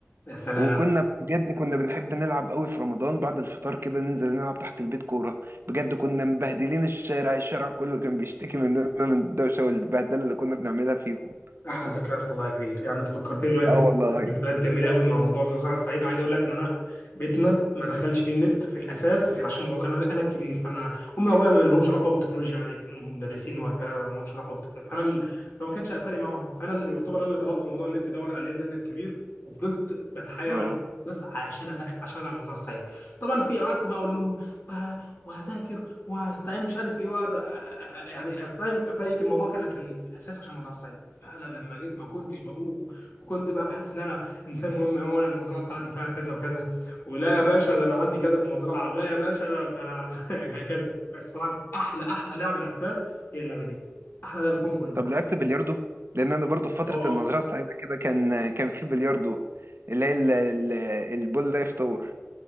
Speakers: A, on the left; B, on the right.
A: يا سلام
B: وكنا بجد كنا بنحب نلعب قوي في رمضان بعد الفطار كده ننزل نلعب تحت البيت كورة بجد كنا مبهدلين الشارع الشارع كله كان بيشتكي مننا من الدوشة والبهدلة اللي كنا بنعملها فيهم
A: احلى ذكريات والله يا كبير يعني انت فكرتني دلوقتي
B: اه والله
A: بذكريات جميله قوي مع موضوع زي صحه الصعيد عايز اقول لك ان انا بيتنا ما دخلش فيه النت في الاساس غير عشان مظبط. انا انا الكبير فانا امي وابويا ما لهمش علاقه بالتكنولوجيا يعني كانوا مدرسين وكده ما لهمش علاقه بالتكنولوجيا فانا ال... فما كانش فارق معاهم فانا اللي يعتبر انا اللي طلبت موضوع النت ده وانا لان انا الكبير وفضلت بتحايل
B: اه
A: عليهم بس عشان ادخل عشان العب موضوع الصعيد طبعا في قعدت بقى اقول لهم وه- وهذاكر وهستعين مش عارف ايه واقعد أ- أ- أ- يعني فاهم افيك الموضوع كده لكن في الاساس عشان الموضوع صعب فعلا لما جيت ما كنتش بقوم وكنت بقى بحس ان انا انسان مهم قوي وانا المزرعه بتاعتي فيها كذا وكذا ولا يا باشا ده انا عندي كذا في المزرعه لا يا باشا انا ده انا <laughs> هكذا بصراحه كانت احلى احلى لعبه لعبتها هي اللعبه دي احلى لعبه فيهم كلهم
B: طب لعبت بلياردو لان انا برضو في فترة
A: اه
B: المزرعة السعيدة كده كان كان في بلياردو اللي هي ال- ال- البول لايف تور